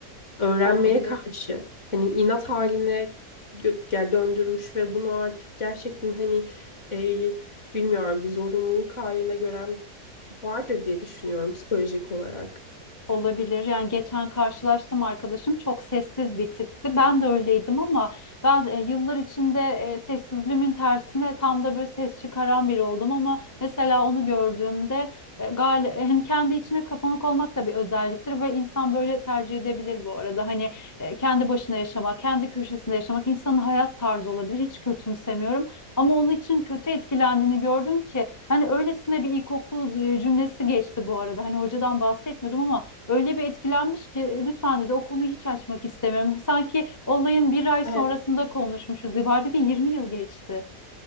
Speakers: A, on the left (about 45°); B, on the left (about 15°).
A: öğrenmeye
B: Olabilir.
A: karşı hani inat haline gö- yani döndürmüş ve bunu artık gerçekten hani e, bilmiyorum bir zorunluluk haline gören vardır diye düşünüyorum psikolojik olarak.
B: Olabilir. Yani geçen karşılaştım arkadaşım çok sessiz bir tipti. Ben de öyleydim ama ben e, yıllar içinde e, sessizliğimin tersine tam da böyle ses çıkaran biri oldum ama mesela onu gördüğümde e, gal e, hani kendi içine kapanık olmak da bir özelliktir ve insan böyle tercih edebilir bu arada. Hani e, kendi başına yaşamak, kendi köşesinde yaşamak insanın hayat tarzı olabilir. Hiç kötümsemiyorum ama onun için kötü etkilendiğini gördüm ki hani öylesine bir ilkokul e, cümlesi geçti bu arada. Hani hocadan bahsetmiyordum ama Öyle bir etkilenmiş ki lütfen dedi o konuyu hiç açmak istemiyorum. Sanki olayın bir ay sonrasında
A: Evet.
B: konuşmuşuz gibi. Halbuki 20 yıl geçti.